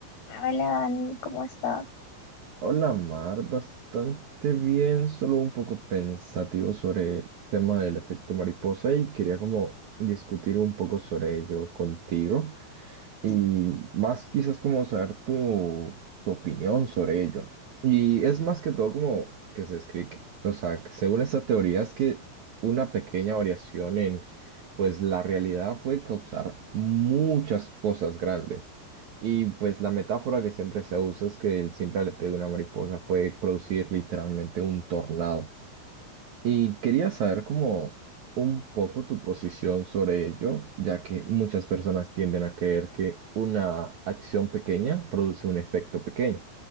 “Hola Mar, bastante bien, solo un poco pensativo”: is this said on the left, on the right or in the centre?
Right